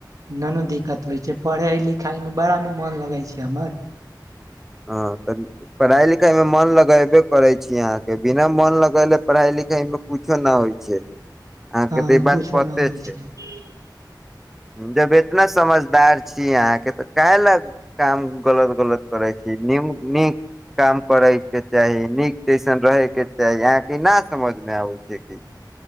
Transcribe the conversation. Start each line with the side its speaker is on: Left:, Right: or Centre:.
Right: ना नू दिक्कत होइ छै पढ़ाई लिखाई मे बड़ा न मोन लगै छै हमर।
Centre: हँ पढ़ाइ लिखाई मे मन लगेबे करै छी अहाँकेँ बिना मन लगेले पढ़ाइ लिखाई में कुछो ना होइ छै <inaudible> अहाँ
Right: हँ
Centre: केँ तऽ ई
Right: कुछो
Centre: बात पते
Right: न होइ
Centre: छै
Right: <unintelligible>
Centre: जब एतना समझदार छी अहाँकेँ तऽ काहे लऽ काम गलत गलत करे छै <unintelligible> काम करे केँ चाही नीक जैसन रहे केँ चाही अहाँकेँ न समझ में आबे छै कि